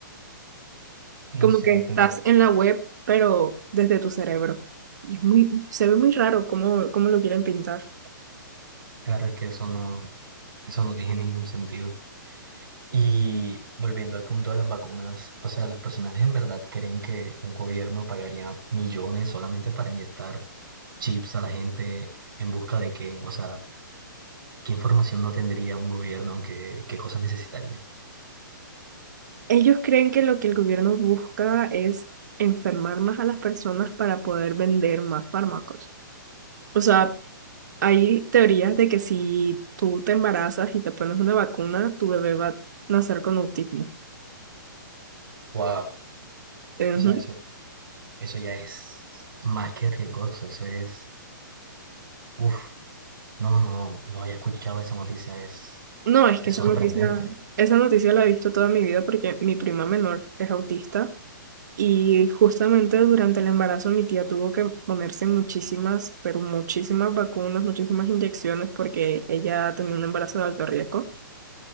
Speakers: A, on the right; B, on the right.
A: no
B: Como
A: sé,
B: que estás
A: tendría que
B: en la web, pero desde tu cerebro. Y es muy, se ve muy raro cómo, cómo lo quieren pintar.
A: Claro, es que eso no, eso no tiene ningún sentido. Y volviendo al punto de las vacunas, o sea, las personas en verdad creen que un gobierno pagaría millones solamente para inyectar chips a la gente en busca de qué, o sea, qué información no tendría un gobierno, qué, qué cosas necesitaría.
B: Ellos creen que lo que el gobierno busca es enfermar más a las personas para poder vender más fármacos. O sea, hay teorías de que si tú te embarazas y te pones una vacuna, tu bebé va a nacer con autismo.
A: Wow,
B: Ujú.
A: o sea, eso, eso ya es más que riesgoso, eso es, uff, no, no, no había escuchado esa noticia, es,
B: No, es
A: es
B: que esa
A: sorprendente.
B: noticia, esa noticia la he visto toda mi vida porque mi prima menor es autista y justamente durante el embarazo mi tía tuvo que ponerse muchísimas, pero muchísimas vacunas, muchísimas inyecciones porque ella tenía un embarazo de alto riesgo.